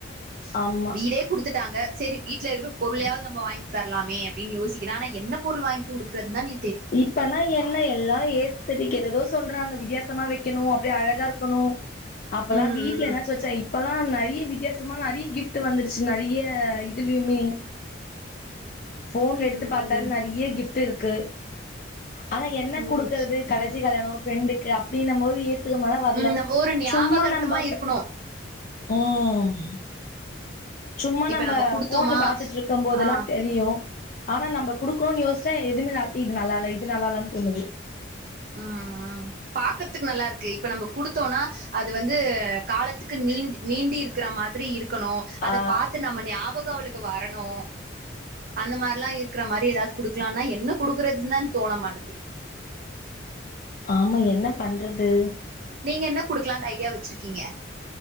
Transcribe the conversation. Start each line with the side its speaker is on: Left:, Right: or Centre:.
Left: ஆமா
Right: இதே குடுத்துட்டாங்க சரி வீட்ல இருக்குற பொருளயாவது நம்ப வாங்கி தரலாமே அப்டின் யோசிக்கிற ஆனா என்ன பொருள் வாங்கிகுடு ப்ரத் நானே
Left: இப்பனய் என்ன எல்லா ஏஸ்தடிக் எதெதோ சொல்றாங்க வித்தியாசமா வெக்கணு அப்டி அழகா இருக்கணு அப்பெல்லா
Right: ம்
Left: வீட் இல்ல ஏதாச்சு
Right: ம்
Left: வெச்சா இப்பல்லா நறிய வித்தியாசமா நறிய கிஃப்ட் வந்துருச்சு நறிய இதுலயுமே ஃபோன்ல எடுத்து
Right: ம்
Left: பாத்தாலு நறிய கிஃப்ட் இருக்கு ஆனா என்ன குடுக்குறது
Right: ம்
Left: கடசி கல்யாணோ ஒரு ஃப்ரெண்டுக்கு அப்டினு போது ஏத் த்துக்கமா வர்ல
Right: ம் நம்ம ஒரு ஞாபகார்த்தமா
Left: சும்மா நம்ப
Right: இருக்கணு
Left: ம் ம் சும்மா
Right: இப்ப
Left: நம்ப
Right: நம்ம குடுத்தோமா
Left: ஃபோன்ல பாத்துட்டுருக்கும் போதெல்லா
Right: ஆ
Left: தெரியு ஆனா நம்ப குடுக்ணோ யோசிச்சா எதுமே நால் இது நல்லால இது நல்லாலன் தோணுது
Right: ம் ம் பாக்குறதுக்கு நல்லா இருக்கு இப்ப நம்ப குடுத்தோனா அது வந்து காலத்துக்கு நீண்டி நீண்டி இருக்குற மாதிரி இருக்கணு அத
Left: ஆ
Right: பாத்து நம்ம ஞாபகோ அவளுக்கு வரணு அந்த மாரிலா இருக்குற மாரி ஏதாது குடுக்லானா என்ன குடுக்குறது தா தோண மாட்டது
Left: ஆமா என்ன பண்றது
Right: நீங்க என்ன குடுக்கலான்ட் ஐடியா வச்சிருக்கீங்க